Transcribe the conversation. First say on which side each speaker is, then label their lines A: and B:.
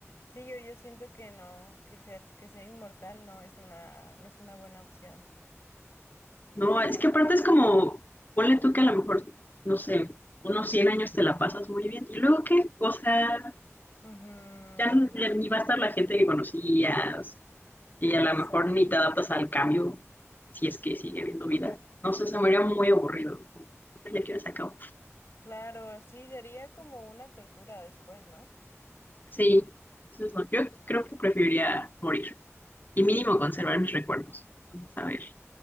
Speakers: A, on the left; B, on the left.
A: Sí, yo, yo siento que no, que ser, que ser inmortal no es una, no es una buena opción.
B: No,
A: Para
B: es que
A: nada.
B: aparte es como, ponle tú que a lo mejor, no sé, unos 100 años te la pasas muy bien. ¿Y luego qué? O sea,
A: Ujú,
B: ya, n- ya ni va a estar la gente que conocías y a
A: Exacto.
B: lo mejor ni te adaptas al cambio si es que sigue habiendo vida. No sé, se me haría muy aburrido. Ya quiero se acabó.
A: Claro, sí, sería como una tortura después, ¿no?
B: Sí, entonces no, yo creo que preferiría morir y mínimo conservar mis recuerdos. Saber